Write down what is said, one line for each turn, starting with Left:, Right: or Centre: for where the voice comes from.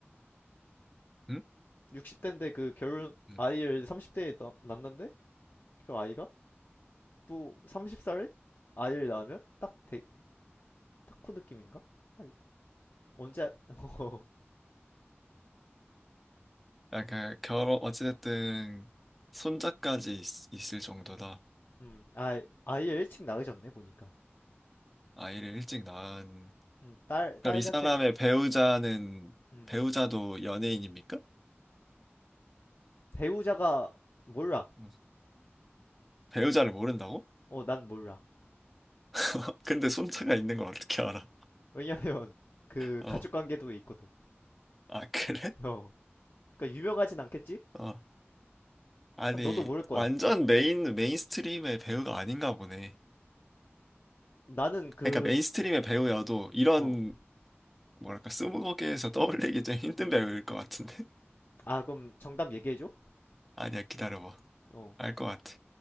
Centre: 응?
Left: 60대인데 그 결혼
Centre: 응.
Left: 아이를 30대에 낳는데 그 아이가 또 30살에 아이를 낳으면 딱 대, 딱그 느낌인가? 아니 언제 <laughs> 아-
Centre: 아, 그 결혼 어찌됐든 손자까지 있, 있을 정도다.
Left: 음, 아 아이를 일찍 낳으셨네 보니까
Centre: 아이를 일찍 낳은.
Left: 음, 딸, 딸
Centre: 그럼 이
Left: 자체가
Centre: 사람의 배우자는
Left: 음,
Centre: 배우자도 연예인입니까?
Left: 배우자가 몰라
Centre: 음. 배우자를 모른다고?
Left: 어 난 몰라
Centre: <laughs> 근데 손자가 있는 걸 어떻게 알아?
Left: 왜냐면 <laughs> 그
Centre: 어.
Left: 가족 관계도 있거든
Centre: 아, 그래?
Left: 어 그러니까 유명하진 않겠지?
Centre: 어. 아니,
Left: 너도 모를 거야
Centre: 완전 메인, 메인스트림의 배우가 아닌가 보네.
Left: 나는 그
Centre: 그러니까 메인스트림의 배우여도 이런,
Left: 어
Centre: 뭐랄까, 스무고개에서 떠올리기 좀 힘든 배우일 것 같은데? <laughs>
Left: 아 그럼 정답 얘기해줘
Centre: 아니야, 기다려봐.
Left: 어
Centre: 알 것 같아.